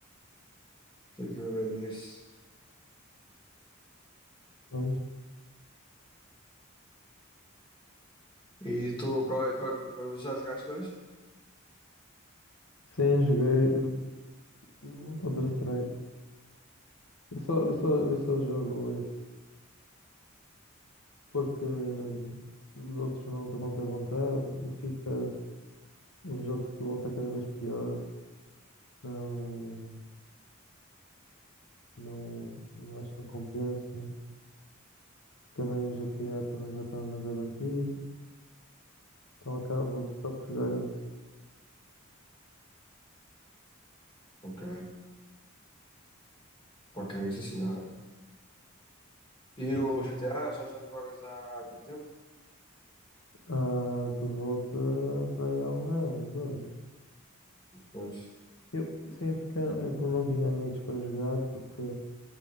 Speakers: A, on the left; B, on the left.
A: tenho que ver bem isso.
B: Pronto.
A: E tu, qual é, qual é- já jogaste dois?
B: Sim, joguei uh, Counter-Strike. Eu só, eu só, eu só jogo esse porque os outros não estão com muita vontade. O FIFA, o jogo de futebol está cada vez pior. Não. não, não acho que não compensa. Também o GTA também já está demasiado antigo, então acabo só por jogar esse.
A: Ok, ok, sim senhora. E
B: Mas,
A: o GTA, já, já não jogas há quanto tempo?
B: ah, por volta para aí há um ano, ou dois.
A: Pois.
B: Eu sempre que eu como não tinha amigos para jogar, porque